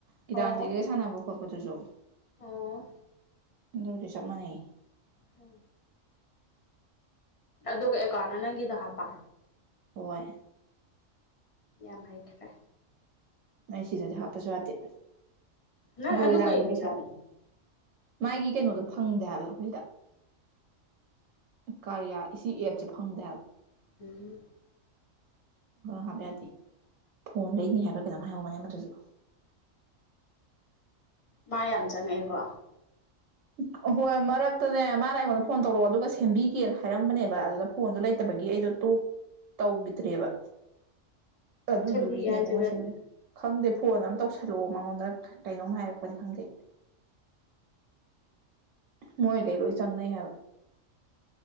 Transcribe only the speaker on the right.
ꯒꯤꯇꯥꯟꯖꯂꯤꯒ
ꯁꯥꯟꯅꯕ ꯈꯣꯠꯄ ꯑꯗꯨꯁꯨ
ꯑꯗꯨꯗꯤ ꯆꯞ ꯃꯥꯟꯅꯩ ꯌꯦ
ꯍꯣꯏ
ꯑꯩ ꯁꯤꯗꯗꯤ ꯍꯥꯞꯄꯁꯨ ꯌꯥꯗꯦ
ꯑꯩꯈꯣꯏꯒꯤꯗꯥꯟꯗꯤ
ꯄꯩꯁꯥ ꯃꯥꯒꯤ ꯀꯩꯅꯣꯗꯣ ꯐꯪꯗꯦ ꯍꯥꯏꯕ ꯑꯩꯈꯣꯏ ꯁꯤꯗ ꯀꯥꯔꯤꯌꯥ ꯁꯤ ꯑꯦꯞꯁꯦ ꯐꯪꯗꯦꯕ ꯍꯥꯏꯕꯥ
ꯍꯥꯞꯕ ꯌꯥꯗꯦ ꯐꯣꯟ ꯂꯩꯅꯤ ꯍꯥꯏꯕ꯭ꯔꯥ ꯀꯩꯅꯣꯝ ꯍꯥꯏꯍꯧꯕꯕꯅꯦ ꯑꯃꯗꯨꯁꯨ <inaudible>
ꯎ ꯑꯍꯣꯏ ꯃꯔꯛꯇꯅꯦ ꯃꯥꯅ ꯑꯩꯉꯣꯟꯗ ꯐꯣꯟ ꯇꯧꯔꯛꯑꯣ ꯑꯗꯨꯒ ꯁꯦꯝꯕꯤꯒꯦꯅ ꯍꯥꯏꯔꯝꯕꯅꯦꯕ ꯑꯗꯨꯗ ꯐꯣꯟꯗꯣ ꯂꯩꯇꯕꯒꯤ ꯑꯩꯗꯣ ꯇꯣꯛ ꯇꯧꯈꯤꯗ꯭ꯔꯦꯕ ꯑꯗꯨꯗꯨꯒꯤꯅꯦꯕ
ꯃꯣꯏ
ꯆꯪꯉꯥꯛꯏꯗꯣ ꯈꯪꯗꯦ ꯐꯣꯟ ꯑꯃ ꯇꯧꯁꯜꯂꯛꯑꯣ ꯃꯉꯣꯟꯗ ꯀꯩꯅꯣꯝ ꯍꯥꯏꯔꯛꯄꯅꯤ ꯈꯪꯗꯦ ꯃꯣꯏꯒꯩ ꯂꯣꯏ ꯆꯪꯅꯩ ꯍꯥꯏꯕ